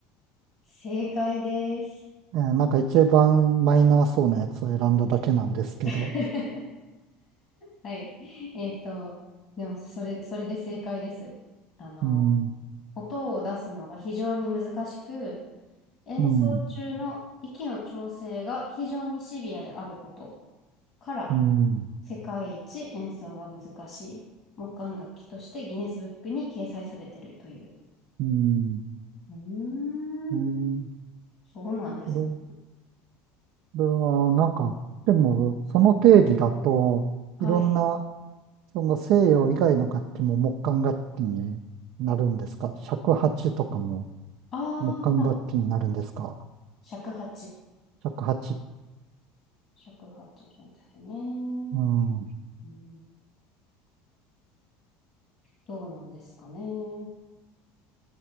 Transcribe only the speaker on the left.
正解です。
<laughs> はい。えっと、でも、それ、それで正解です。あの、
音を出すのが非常に難しく、演奏中の息の調整が非常にシビアであること
から、
世界一演奏が難しい木管楽器としてギネスブックに掲載されているという。
うーん、
そうなんですね。
はい。
ああ、
尺八。
尺八みたいね。
うんどうなんですかね。お、